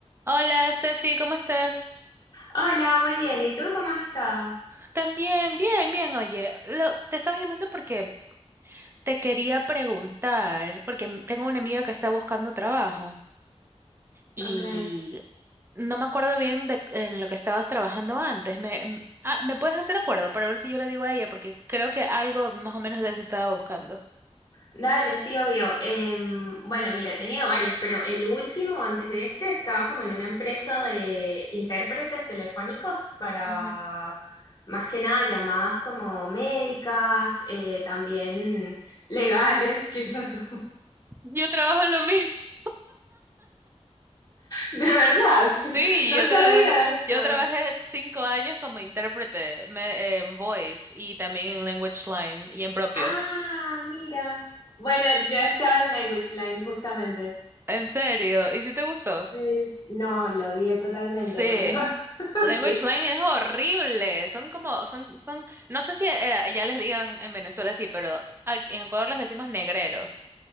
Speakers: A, on the right (about 20°); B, on the left (about 35°).
A: Hola, Steffi, ¿cómo estás?
B: Hola, muy bien. ¿Y tú cómo has estado?
A: También, bien, bien. Oye, lo- te estaba llamando porque te quería preguntar, porque m- tengo una amiga que está buscando trabajo y
B: Ok.
A: no me acuerdo bien de en lo que estabas trabajando antes. Me, m- ah, ¿me puedes hacer acuerdo para ver si yo le digo a ella? Porque creo que algo más o menos de eso estaba buscando.
B: Dale, sí, obvio. Em, bueno, mira, he tenido varios, pero el último, antes de este, estaba como en una empresa de intérpretes telefónicos para
A: Ujú.
B: más que nada llamadas como médicas, eh, también legales. <laughs> ¿Qué pasó?
A: Yo trabajo en lo mismo.
B: De verdad, <laughs>
A: <laughs> Sí,
B: no
A: yo,
B: sabía
A: tra-
B: eso.
A: yo trabajé cinco años como intérprete me- en voice y también en language line y en propio.
B: Ah, mira. Bueno, yo estaba en Language Line justamente.
A: En serio, ¿y si te gustó?
B: Sí. No, lo odié totalmente,
A: Sí.
B: por eso. <laughs>
A: Language
B: Sí.
A: Lane es horrible. Son como, son, son, no sé si eh, ya les digan en Venezuela así, pero aquí en Ecuador les decimos negreros.